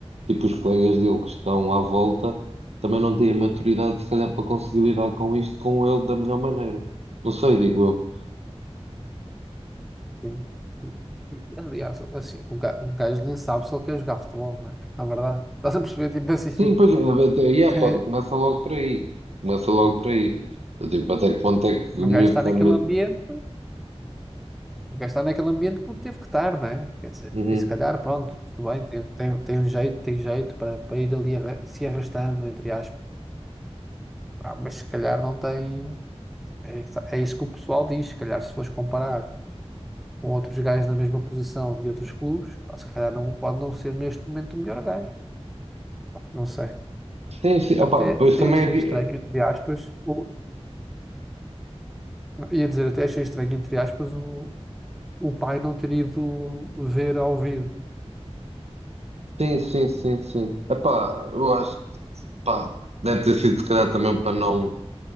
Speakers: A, on the right (about 70°); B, in the centre.
A: tipo, os colegas dele que estão à volta também não têm a maturidade, se calhar, para conseguir lidar com isto com ele da melhor maneira. Não sei, digo eu.
B: sim. E, e, aliás, assim, um gajo, um gajo nem sabe se ele quer jogar futebol, não é? Na verdade, <laughs> estás a perceber, tipo assim,
A: Sim, pois, é, é, é, é,
B: <laughs>
A: pá, começa logo por aí. Começa logo por aí. Tipo, até que ponto é que
B: o
A: o miúdo
B: gajo está
A: quer
B: naquele
A: mesmo.
B: ambiente, o gajo está naquele ambiente porque teve que estar, não é? Quer dizer,
A: Uhum.
B: e se calhar, pronto, tudo bem, tem, tem, tem um jeito, tem jeito para, para ir ali arra- se arrastando, entre aspas. Pá, mas se calhar não tem. É, isso- é isso que o pessoal diz, se calhar se fores comparar com outros gajos na mesma posição de outros clubes, pá, se calhar não, pode não ser neste momento o melhor gajo. Não sei.
A: Sim, sim,
B: Até,
A: opa, pois
B: até
A: também
B: achei
A: é,
B: estranho,
A: di-
B: entre aspas, o, ia dizer, até achei estranho, entre aspas, o, o pai não ter ido ver ao vivo.
A: Sim, sim, sim, sim. Epá, eu acho que pá, deve ter sido se calhar também para não,